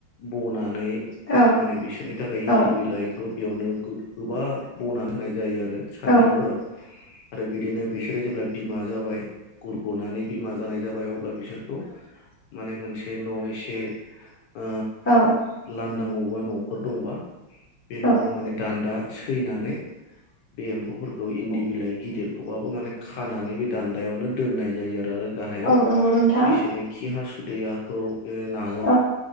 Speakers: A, on the left; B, on the left.
A: बनानै
B: औ
A: माने बिसोरनि थाखाय
B: औ
A: इन्दि बिलाइखौ बेयावनो गोबा बनानै होनाय जायो आरो सान्द्रिफोराव
B: औ
A: आरो बिदिनो बिसोरो जेब्ला बिमा जाबाय गुरग'नानै बिमा जानाय जाबाय अब्ला बिसोरखौ माने मोनसे न' एसे ओ
B: औ
A: लांदां अबेबा न'फोर दंबा बे न'आव
B: औ नंगौ नोंथां
A: माने दान्दा सैनानै बे एम्फौफोरखौ इन्दि बिलाइ
B: औ
A: गिदिर खौबाबो माने खानानै बे दान्दायावनो दोननाय जायो आरो आरो गाहायाव
B: औ नंगौ नोंथां
A: बिसोरनि खि हासुदैयाखौ बे नाजाव
B: औ